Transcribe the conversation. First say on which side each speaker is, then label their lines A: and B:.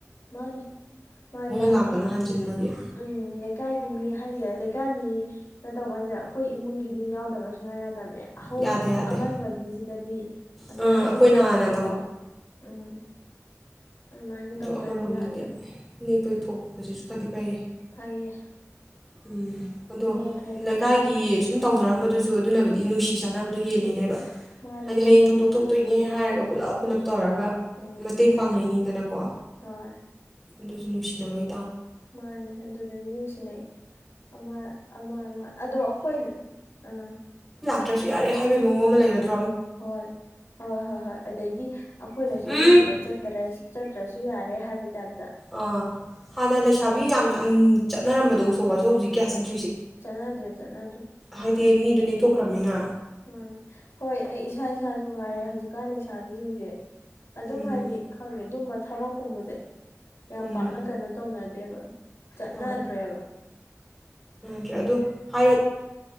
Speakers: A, on the left; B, in the centre.
A: ꯃꯥꯅꯦ ꯃꯥꯅꯦ ꯍꯥꯏꯗꯤ
B: ꯂꯥꯛꯄꯅ ꯍꯟꯖꯤꯟꯕꯒꯤ
A: ꯎꯝ ꯂꯩꯀꯥꯏꯒꯤ ꯃꯤ ꯍꯥꯏꯒꯦꯔ ꯂꯩꯀꯥꯏ ꯃꯤ ꯅ ꯇꯧꯕ ꯍꯥꯏꯁꯦ ꯑꯩꯈꯣꯏ ꯏꯃꯨꯡꯒꯤ ꯃꯤ ꯌꯥꯎꯗꯕꯁꯨꯨꯡ ꯉꯥꯏ ꯌꯥꯗꯕꯅꯦ ꯍꯧꯕ
B: ꯌꯥꯗꯦ ꯌꯥꯗꯦ
A: ꯑꯉꯟꯕꯒꯤꯁꯤꯗꯗꯤ ꯉꯟꯇꯥꯅ
B: ꯑꯥ ꯑꯩꯈꯣꯏꯅ
A: ꯂꯨꯊꯣꯛꯑꯒꯀꯣ
B: ꯍꯥꯟꯅ
A: ꯎꯝ ꯑꯗꯨꯃꯥꯏꯅ ꯇꯧꯗ꯭ꯔꯗꯤ
B: ꯑ ꯑꯃꯔꯣꯝꯗꯗꯤ
A: ꯌꯥꯗ꯭ꯔꯦꯕ
B: ꯅꯦꯛꯄꯩ ꯊꯣꯛꯛꯄꯁꯤꯁꯨ ꯐꯗꯤ ꯐꯩꯑꯦ
A: ꯐꯩꯌꯦ
B: ꯎꯝ ꯑꯗꯣ
A: ꯅꯦꯛꯈ꯭ꯔꯗꯤ
B: ꯂꯩꯀꯥꯏꯒꯤ ꯁꯨꯝ ꯇꯧꯅꯔꯝꯕꯗꯨꯁꯨ ꯑꯗꯨꯅꯕꯨꯗꯤ ꯅꯨꯡꯁꯤ ꯐꯤ ꯆꯥꯅꯕꯗꯣ ꯍꯦꯜꯂꯤꯅꯦꯕ
A: ꯃꯥꯅꯦ
B: ꯍꯥꯏꯗꯤ
A: ꯑꯗꯨꯕꯨꯗꯤ
B: ꯍꯌꯦꯡ ꯊꯧꯗꯣꯛ
A: ꯍꯦꯜꯂꯦ
B: ꯊꯣꯛꯇꯣꯏꯅꯦ ꯍꯥꯏꯔꯒ ꯂꯞ ꯄꯨꯂꯞ ꯇꯧꯔꯒ
A: ꯎꯝ
B: ꯃꯇꯦꯡ ꯄꯥꯡꯅꯩꯅꯤꯗꯅꯀꯣ
A: ꯍꯣꯏ
B: ꯑꯗꯨꯁꯨꯅꯤ ꯃꯁꯤꯅ ꯑꯣꯏ
A: ꯃꯥꯅꯦ ꯑꯗꯨꯗꯗꯤ ꯅꯨꯡꯁꯤꯅꯩ ꯑꯃ ꯑꯃ ꯑꯗꯣ ꯑꯩꯈꯣꯏ ꯑꯥ
B: ꯇ꯭ꯔꯁꯨ ꯌꯥꯔꯦ ꯍꯥꯏꯕꯒꯤ ꯃꯑꯣꯡ ꯑꯃ ꯂꯩꯔꯗꯤꯦ
A: ꯍꯣꯏ ꯍꯣꯏ ꯍꯣꯏ ꯍꯣꯏ ꯑꯗꯩꯗꯤ ꯑꯩꯈꯣꯏꯅꯁꯨ
B: ꯎꯝ
A: ꯃꯤꯒꯤꯗ ꯆꯠꯇꯔꯦ ꯆꯠꯇ꯭ꯔꯁꯨ ꯌꯥꯔꯦ ꯍꯥꯏꯕ ꯇꯥ
B: ꯑꯥ ꯍꯥꯟꯅ ꯂꯩꯁꯥꯕꯤ ꯌꯥꯝ ꯌꯥꯝ ꯆꯠꯔꯝꯕꯗꯣꯁꯣ ꯑꯁꯣ ꯍꯧꯛ ꯀꯌꯥ ꯆꯠ
A: ꯆꯠꯅꯗ꯭ꯔꯦ ꯆꯠꯅꯗ꯭ꯔꯦ
B: ꯍꯥꯏꯗꯤ ꯃꯤꯗꯣ ꯅꯦꯛꯊꯣꯛ ꯈ꯭ꯔꯝꯃꯤꯅ
A: ꯃꯥꯅꯦ ꯍꯣꯏ ꯑꯩ ꯏꯁꯥ ꯏꯁꯥꯁꯨ ꯉꯥꯏꯔꯦ ꯍꯧꯖꯤꯛꯀꯥꯟ ꯂꯩꯁꯥꯕꯤꯁꯤꯡꯁꯦ ꯑꯗꯨꯝ
B: ꯎꯝ
A: ꯍꯥꯏꯗꯤ ꯈꯪꯗꯦ ꯑꯗꯨꯝ ꯊꯕꯛꯀꯨꯝꯕꯁꯦ ꯌꯥꯝ
B: ꯎꯝ
A: ꯄꯥꯛꯅ ꯀꯩꯅꯣ ꯇꯧꯅꯗꯦꯕ ꯆꯠꯅꯗ꯭ꯔꯦꯕ
B: ꯍꯣꯏ ꯠꯇ꯭ꯔꯦ ꯑꯗꯨꯗ ꯍꯥꯏꯔ